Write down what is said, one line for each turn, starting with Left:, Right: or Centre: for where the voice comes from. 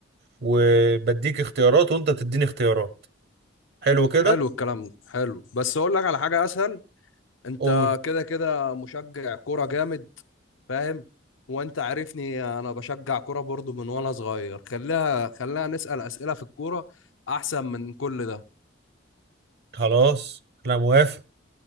Right: وبديك اختيارات وانت تديني اختيارات حلو كده
Left: حلو الكلام ده حلو بس اقول لك على حاجة اسهل انت
Right: قول
Left: كده كده مشجع كورة جامد فاهم وانت عارفني انا بشجع كورة برضه من وانا صغير خليها خليها نسأل اسئلة في الكورة احسن من كل ده
Right: خلاص انا موافق